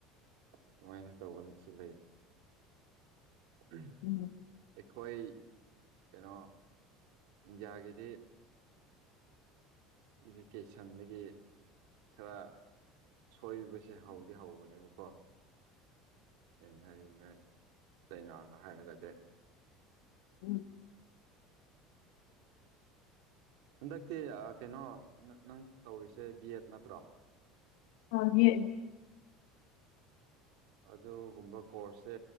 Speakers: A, on the right; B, on the left.
A: ꯑꯗꯨꯃꯥꯏꯅ ꯇꯧꯕꯁꯨ ꯂꯩ <unintelligible>
B: ꯎꯝ
A: ꯑꯩꯈꯣꯏ ꯀꯩꯅꯣ ꯏꯟꯗꯤꯌꯥꯒꯤꯗꯤ ꯏꯗꯨꯀꯦꯁꯟꯗꯒꯤ ꯈꯔ ꯁꯣꯏꯕꯁ ꯁꯦ ꯍꯧꯗꯤ ꯍꯧꯕꯅꯦꯕꯀꯣ ꯑꯩꯅ ꯍꯥꯏꯌꯦ ꯅꯣꯏ ꯆꯩꯅꯥꯒꯥ ꯍꯥꯏꯔꯒꯥꯗꯤ
B: ꯎꯝ
A: ꯍꯟꯗꯛꯇꯤ ꯀꯩꯅꯣ ꯅꯪ ꯇꯧꯔꯤꯁꯦ ꯕꯤ ꯑꯦꯗ ꯅꯠꯇ꯭ꯔꯣ
B: ꯍꯥ ꯌꯦꯅꯦ
A: ꯑꯗꯨꯒꯨꯝꯕ ꯀꯣꯔꯁꯁꯦ